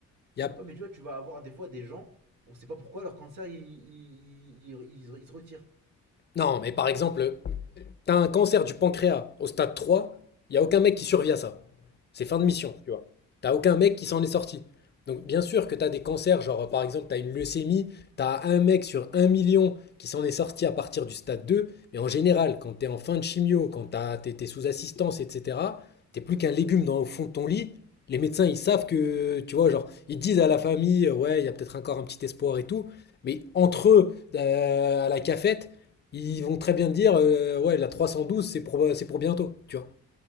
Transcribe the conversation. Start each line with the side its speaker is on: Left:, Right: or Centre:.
Left: Il y a...
Right: Ouais, mais tu vois, tu vas avoir des fois des gens, on sait pas pourquoi leur cancer, il, il- il- il- il se retire.
Left: Non, mais par exemple, T'as un cancer du pancréas au stade 3, il y a aucun mec qui survit à ça. C'est fin de mission, tu vois. T'as aucun mec qui s'en est sorti. Donc bien sûr que t'as des cancers, genre par exemple t'as une leucémie, t'as un mec sur un million qui s'en est sorti à partir du stade 2, mais en général, quand t'es en fin de chimio, quand t'as- t'es t'es sous assistance, etc., t'es plus qu'un légume dans, au fond de ton lit, les médecins ils savent que, tu vois, genre, ils disent à la famille, euh, ouais, il y a peut-être encore un petit espoir et tout, mais entre eux, euh, à la cafette, ils vont très bien te dire, euh, ouais, la 312, c'est pour, euh, c'est pour bientôt, tu vois.